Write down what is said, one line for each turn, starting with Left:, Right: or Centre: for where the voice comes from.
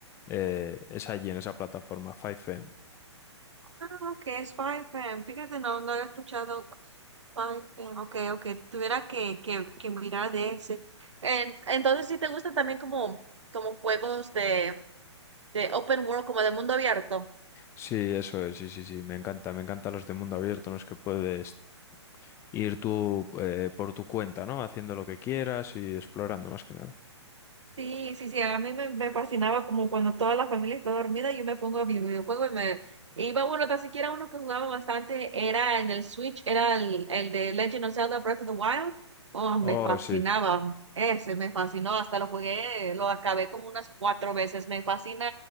Left: eh, es allí en esa plataforma, 5M.
Right: Ah, ok, es 5M. Fíjate, no, no había escuchado 5M. Ok, ok, tuviera que, que, que mirar de ese. En- entonces, si te gustan también como, como juegos de, de open world, como de mundo abierto?
Left: Sí, eso es, sí, sí, sí, me encanta, me encantan los de mundo abierto en los que puedes ir tú eh, por tu cuenta, ¿no? Haciendo lo que quieras y explorando más que nada.
Right: Sí, sí, sí, a mí me, me fascinaba como cuando toda la familia está dormida, yo me pongo a mi videojuego y me iba, bueno, tan siquiera uno que jugaba bastante era en el Switch, era el, el de Legend of Zelda Breath of the Wild. Oh, me
Left: Oh,
Right: fascinaba,
Left: sí,
Right: ese me fascinó, hasta lo jugué, lo acabé como unas cuatro veces. Me fascina